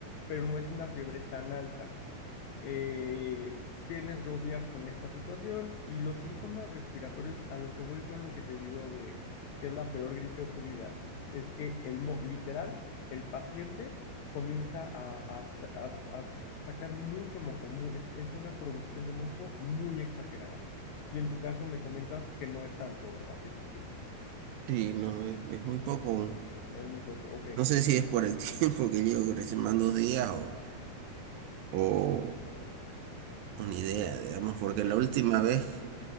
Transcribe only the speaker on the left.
pero no es una fiebre tan alta eh, tienes dos días con esta situación y los síntomas respiratorios, a lo que voy con lo que te digo de que es la peor gripe de tu vida, es que el mo- literal, el paciente comienza a, a sa- a- a sacar mucho moco, mu- es, es una producción de moco muy exagerada. Y en tu caso me comentas que no es tanto, ¿es así?
Es muy poco, ok.
Eh,